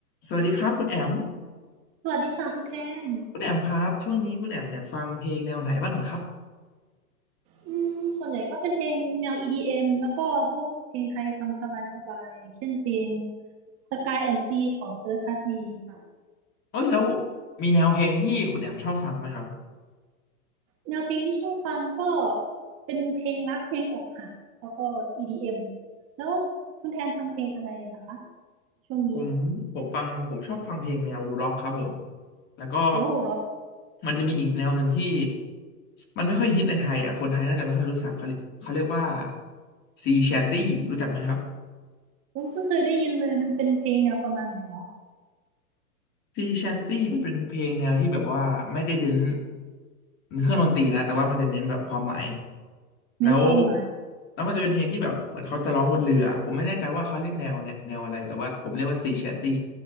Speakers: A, on the left; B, on the right.
A: สวัสดีครับคุณแอม
B: สวัสดีค่ะคุณแทน
A: คุณแอมครับช่วงนี้คุณแอมเนี่ยฟังเพลงแนวไหนบ้างเหรอครับ
B: อืมส่วนใหญ่ก็เป็นเพลงแนว EDM แล้วก็พวกเพลงไทยฟังสบายๆอย่างเช่นเพลง Sky and Sea ของ Earth Heartbeat ค่ะ
A: เอ้ยแล้วมีแนวเพลงที่คุณแอมชอบฟังไหมครับ
B: แนวเพลงที่ชอบฟังก็เป็นเพลงรักเพลงอกหักแล้วก็ EDM แล้วคุณแทนฟังเพลงอะไรนะคะช่วงนี้
A: ผมผมฟังผมชอบฟังเพลงแนวร็อกครับผมแล้วก็
B: โอ้เหรอ
A: มันจะมีอีกแนวหนึ่งที่มันไม่ค่อยฮิตในไทยอ่ะคนไทยน่าจะไม่ค่อยรู้จักเขาเขาเรียกว่าซีแชดดี้รู้จักไหมครับ
B: ผมเพิ่งเคยได้ยินเลยมันเป็นเพลงแนวประมาณไหนเนาะ
A: ซีแชนตี้มันเป็นเพลงแนวที่แบบว่าไม่ได้เน้นเครื่องดนตรีนะแต่ว่ามันจะเน้นแบบความหมาย
B: เน้นความหมาย
A: แล้วแล้วมันจะเป็นเพลงที่แบบเหมือนเขาจะร้องบนเรือผมไม่แน่ใจว่าเขาเรียกแนวเนี่ยแนวอะไรแต่ว่าผมเรียกว่าซีแชนตี้